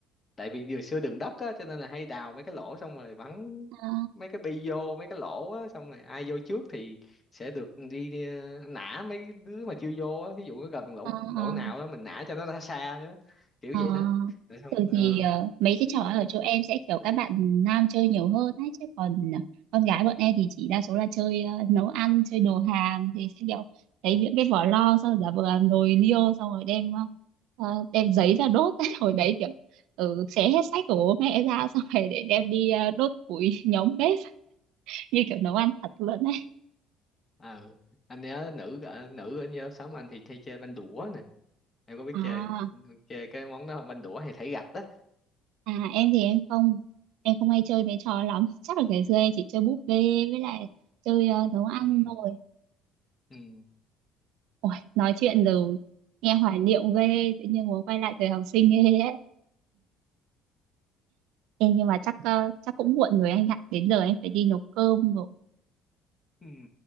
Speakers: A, on the left (about 25°); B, on the right (about 80°).
A: tại vì ngày xưa đường đất á cho nên là hay đào mấy cái lỗ xong rồi bắn
B: à,
A: mấy cái bi vô mấy cái lỗ á xong rồi ai vô trước thì sẽ được đi ờ, nã mấy đứa mà chưa vô á ví dụ nó gần lỗ
B: à,
A: lỗ
B: à.
A: nào đó mình nã cho nó ra xa đó. kiểu
B: Ờ,
A: vậy đó được không
B: thường thì
A: ờ
B: ờ, mấy
A: <laughs>
B: cái trò ở chỗ em sẽ kiểu các bạn nam chơi nhiều hơn ấy chứ còn ờ, con gái bọn em thì chỉ đa số là chơi ờ, nấu ăn chơi đồ hàng thì sẽ kiểu lấy những cái vỏ lo xong giả vờ làm nồi niêu xong rồi đem ờ, ờ, đem giấy ra đốt <laughs> hồi đấy kiểu ừ, xé hết sách của bố mẹ ra xong rồi để đem đi ờ, đốt củi <laughs> nhóm bếp <laughs> như kiểu nấu ăn thật luôn ấy
A: ờ anh nhớ nữ ở nữ ở như lớp sáu anh thì hay chơi banh đũa nè em có biết
B: à,
A: chơi chơi cái món đó không banh đũa hay thảy gạch đó
B: à em thì em không em không hay chơi mấy trò lắm chắc là ngày xưa em chỉ chơi búp bê với lại chơi ờ, nấu ăn
A: ừ
B: thôi
A: ừ
B: Ôi, nói chuyện rồi nghe
A: yeah.
B: hoài niệm ghê tự nhiên muốn quay lại thời học sinh ghê ấy Ê, nhưng mà chắc ờ, chắc cũng muộn rồi anh ạ đến giờ em phải đi nấu cơm rồi
A: Ừ,